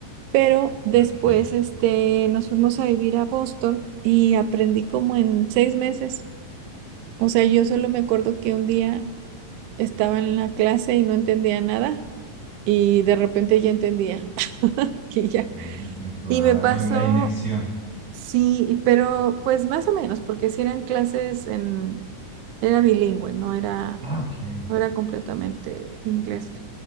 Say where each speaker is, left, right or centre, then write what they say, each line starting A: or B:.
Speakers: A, on the right; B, on the right.
A: Pero después
B: ok.
A: este, nos fuimos a vivir a Boston y aprendí como en seis meses. O sea, yo solo me acuerdo que un día estaba en la clase y no entendía nada y de repente ya entendía <laughs> y ya.
B: Muy Claro,
A: Y me pasó,
B: y la inmersión.
A: sí, pero pues más o menos, porque si eran clases en, era bilingüe, no era,
B: Ah, ok.
A: no era completamente inglés.